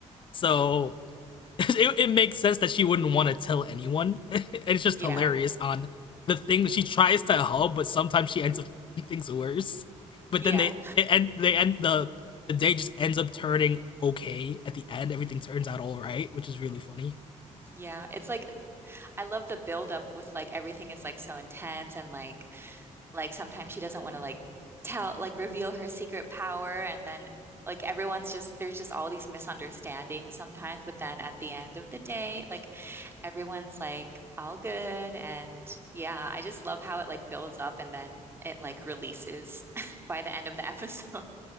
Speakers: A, on the left; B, on the right.
A: So <laughs> it, it makes sense that she wouldn't want to tell anyone. <laughs> it's just
B: Yeah.
A: hilarious on the thing she tries to help, but sometimes she ends up making things worse. But
B: Yeah.
A: then they and they end the the day just ends up turning okay at the end. Everything turns out all right, which is really funny.
B: Yeah. It's like I love the build up with like everything is like so intense and like Like sometimes she doesn't want to like tell, like reveal her secret power. And then like everyone's just, there's just all these misunderstandings sometimes. But then at the end of the day, like everyone's like all good. And yeah, I just love how it like builds up and then it like releases <laughs> by the end of the episode.